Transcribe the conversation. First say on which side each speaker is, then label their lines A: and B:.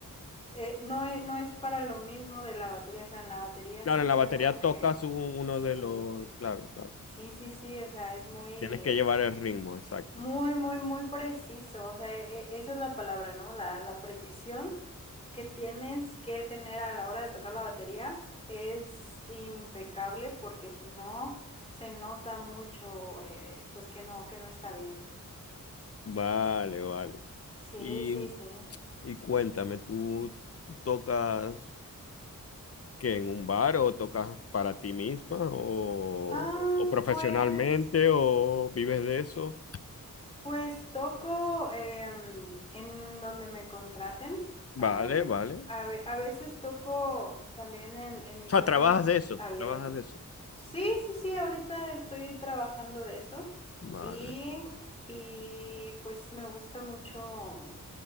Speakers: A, on the left (about 20°); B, on the left (about 45°).
A: eh, no es, no es para lo mismo de la batería, o sea, en la batería
B: Claro,
A: sí
B: en
A: está
B: la batería
A: como
B: tocas
A: que,
B: un-
A: sí,
B: uno de los. Claro, claro.
A: sí, sí, sí, o sea, es muy,
B: Tienes que llevar el ritmo, exacto.
A: muy, muy, muy preciso, o sea, e- e, esa es la palabra, ¿no? La, la precisión que tienes que tener a la hora de tocar la batería es impecable porque si no, se nota mucho, eh, pues que no, que no está bien.
B: Vale, vale.
A: Sí,
B: Y,
A: sí, sí.
B: y cuéntame, ¿tú, tú tocas que en un bar o tocas para ti misma o,
A: Ah,
B: o profesionalmente
A: pues...
B: o vives de eso?
A: Pues toco em, en donde me contraten.
B: Vale,
A: am,
B: vale.
A: a, ve-
B: O
A: a veces toco también en, en micrófonos
B: sea, trabajas de eso,
A: abiertos.
B: trabajas de eso.
A: Sí, sí, sí, ahorita estoy trabajando de eso
B: Vale,
A: y, y pues me gusta mucho.